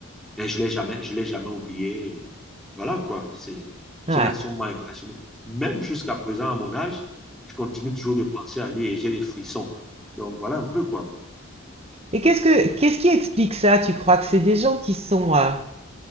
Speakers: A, in the centre; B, on the right.
A: Mais je l'ai jamais, je l'ai jamais oublié. Et Voilà, quoi. C'est, ce
B: Ouais.
A: garçon m'a impressionné. Même jusqu'à présent, à mon âge, je continue toujours de penser à lui et j'ai des frissons. Donc, voilà un peu, quoi.
B: Et qu'est-ce que qu'est-ce qui explique ça? Tu crois que c'est des gens qui sont euh,